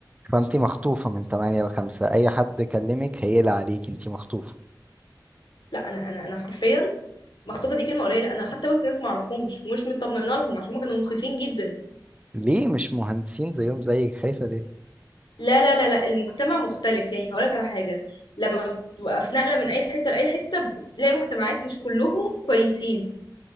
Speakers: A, on the right (about 15°); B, on the left (about 75°).
A: فانت مخطوفة من 8 ل 5 اي حد كلمك هيقلق عليك انت مخطوفة
B: لا انا انا انا حرفيا مخطوفه دي كلمه قليله انا حتى وسط ناس ما اعرفهمش ومش مطمنه لهم عشان هم كانوا مخيفين جدا
A: ليه مش مهندسين زيهم زيك خايفة ليه
B: لا لا لا لا المجتمع مختلف يعني هقولك على حاجة لما بتبقى في نقلة من أي حتة لأي حتة بتلاقي مجتمعات مش كلهم كويسين